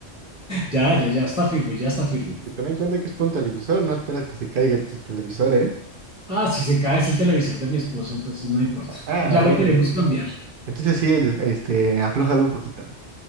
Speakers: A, in the centre; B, on the right (about 55°).
A: Ya, ya, ya está firme, ya está firme.
B: Y ten en cuenta que es por un televisor, no esperas que se caiga tu televisor, ¿eh?
A: Ah, si se cae es el televisor de mi esposo, entonces no importa.
B: Ah,
A: Ya
B: bueno.
A: lo queremos cambiar.
B: Entonces sí, des- este, aflójalo un poquito.